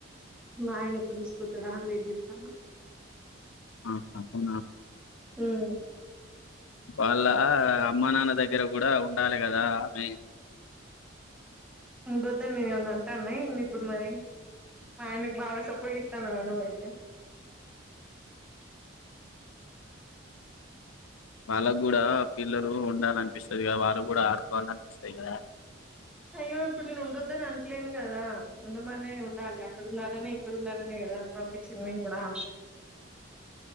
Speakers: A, in the centre; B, on the left.
A: నాయన ఎప్పుడు దీస్ కుత్తడా అని వెయిట్ జెత్తనా
B: ఆహా అవునా
A: హ్మ్
B: వాళ్ళ అమ్మ నాన్న దగ్గర గూడా ఉండాలె గదా ఆమె
A: ఉండొద్దని నేనేమన్నా అంటాన్నా ఎందిప్పుడు మరి ఆయనకి బాగా సప్ పొయ్యితాల్లు వల్లబాయ్ రే
B: వాళ్ళగూడా పిల్లలు ఉన్ ఉండాలన్పిస్తది గద వాళ్ళు గూడా ఆడుకోవాలన్పిస్తది గదా
A: అయ్యో ఇప్పుడు నేను ఉండొద్దని అంట్లేను గదా ఉండమనే ఉండాలి అక్కడున్న లనే ఇక్కడుండాలనే గదా పంపిచ్చింద్ మేం గుడా